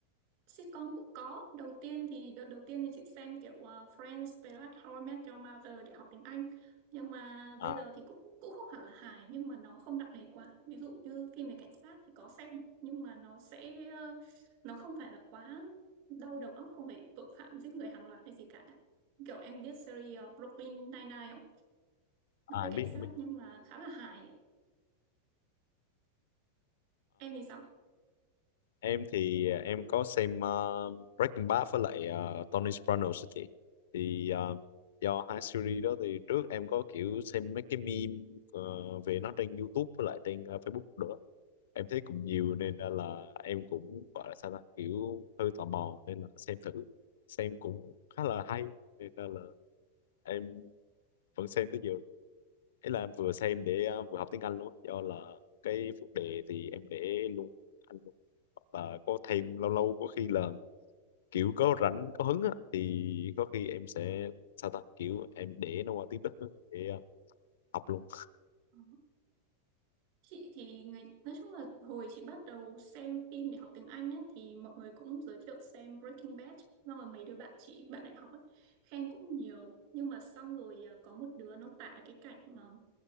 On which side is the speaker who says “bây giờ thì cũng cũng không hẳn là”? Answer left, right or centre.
Right